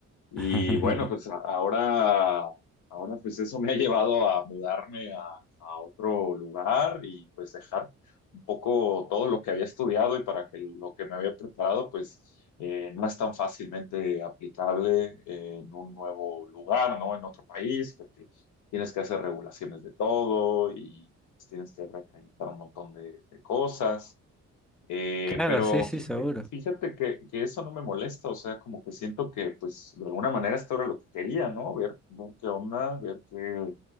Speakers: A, on the left; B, in the centre.
A: Y
B: <laughs>
A: bueno, pues a- ahora, ahora pues eso me ha llevado a mudarme a, a otro lugar y pues dejar un poco todo lo que había estudiado y para que lo que me había preparado pues eh, no es tan fácilmente aplicable eh, en un nuevo lugar, ¿no? En otro país, porque tienes que hacer regulaciones de todo y pues, tienes que reacreditar un montón de de cosas. Eh,
B: Claro,
A: pero
B: sí, sí,
A: fíjate,
B: seguro.
A: fíjate que, que eso no me molesta, o sea, como que siento que, pues, de alguna manera esto era lo que quería, ¿no? Ver, ver qué onda, ver qué,